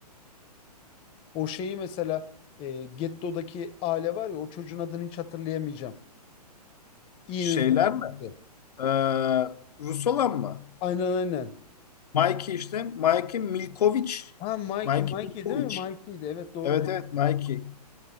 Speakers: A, on the left; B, on the left.
A: O şeyi mesela e, Getto'daki aile var ya o çocuğun adını hiç hatırlayamayacağım. Ian'ın
B: Şeyler
A: sevgilisi.
B: mi? Ee, Rus olan mı?
A: Aynen aynen.
B: Mikey işte. Mikey Milkovic.
A: Ha Mikey
B: Mikey
A: Mikey
B: Milkovic.
A: değil mi? Mikey'di. Evet doğru.
B: Evet
A: Ma-
B: evet Mikey.